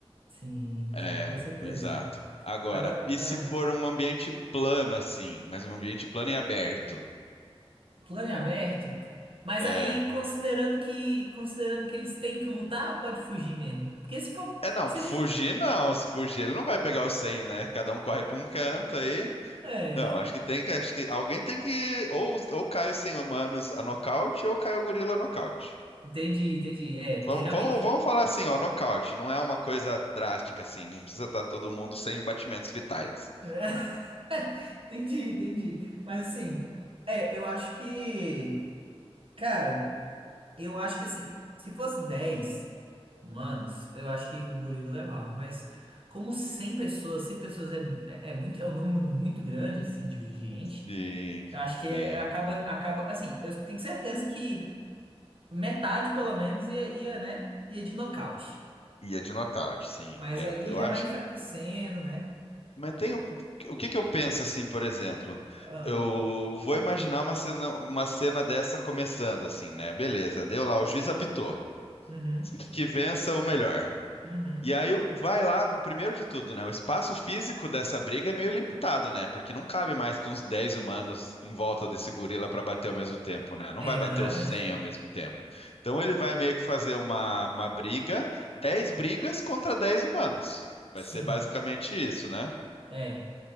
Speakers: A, on the right; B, on the left.
A: sim, sim,
B: É,
A: com certeza.
B: exato. Agora,
A: Agora,
B: e
A: ah,
B: se for um ambiente plano assim, mas um ambiente plano e aberto?
A: plano em aberto, mas
B: É,
A: aí considerando que considerando que eles têm que lutar, ou pode fugir mesmo? Porque se for,
B: é não,
A: se,
B: fugir não. Se fugir, ele não vai pegar o 100, né? Cada um corre para um canto aí.
A: é,
B: Não, acho que tem que, acho que alguém tem que ou ou cai os 100 humanos a nocaute ou cai o gorila a nocaute.
A: entendi, entendi. É, porque
B: Vamos,
A: realmente.
B: vamos, vamos falar assim, ó, nocaute, não é uma coisa drástica assim, não precisa estar todo mundo sem batimentos vitais.
A: <laughs> Entendi, entendi. Mas assim, é, eu acho que, cara. Eu acho que assim, se fosse 10 humanos, eu acho que o gorila levava, mas como cem pessoas, 100 pessoas é, é, é muito, é um número muito grande assim de de gente.
B: Sim,
A: Eu acho que é-
B: sim.
A: acaba acaba assim, eu tenho certeza que metade pelo menos ia, ia, né, ia de nocaute.
B: Ia de nocaute, sim.
A: Mas
B: É,
A: aí
B: eu
A: já
B: acho.
A: vai enfraquecendo, né?
B: Mas tem, um- o que que eu penso assim, por exemplo?
A: Ah,
B: Eu vou imaginar uma cena, uma cena dessa começando assim, né? Beleza, deu lá, o juiz apitou.
A: uhum,
B: Que vença o melhor.
A: uhum.
B: E aí o- vai lá, primeiro de tudo, né? O espaço físico dessa briga é meio limitado, né? Porque não cabe mais que uns 10 humanos em volta desse gorila para bater ao mesmo tempo, né? Não
A: É,
B: vai bater
A: não, realmente.
B: os 100 ao mesmo tempo. Então ele vai meio que fazer uma, uma briga, 10 brigas contra 10 humanos. Vai
A: Sim.
B: ser basicamente isso, né?
A: É.